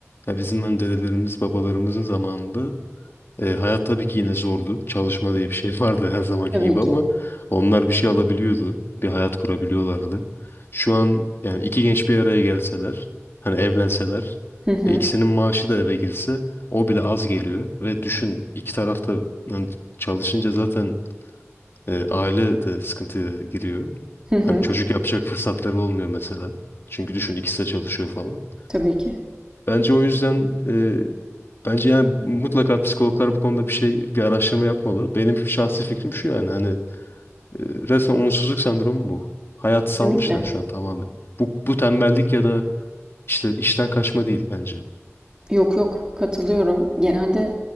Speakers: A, on the left (about 50°); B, on the right (about 15°).
A: Ya bizim hani dedelerimiz babalarımızın zamanında E, hayat tabii ki yine zordu. Çalışma diye bir şey <laughs> vardı her zamanki
B: Tabii
A: gibi
B: ki.
A: ama onlar bir şey alabiliyordu. Bir hayat kurabiliyorlardı. Şu an yani iki genç bir araya gelseler, hani evlenseler,
B: Hı hı.
A: e, ikisinin maaşı da eve girse o bile az geliyor. Ve düşün iki tarafta yani çalışınca zaten e, aile de sıkıntıya giriyor.
B: Hı hı.
A: Hani çocuk yapacak fırsatları olmuyor mesela. Çünkü düşün ikisi de çalışıyor falan.
B: Tabii ki.
A: Bence o yüzden e, bence yani mutlaka psikologlar bu konuda bir şey bir araştırma yapmalı. Benim şahsi fikrim şu yani hani e, resmen umutsuzluk sendromu bu. Hayatı
B: Kesinlikle.
A: salmışlar şu an tamamen. Bu, bu tembellik ya da işte işten kaçma değil bence.
B: Yok yok katılıyorum. Genelde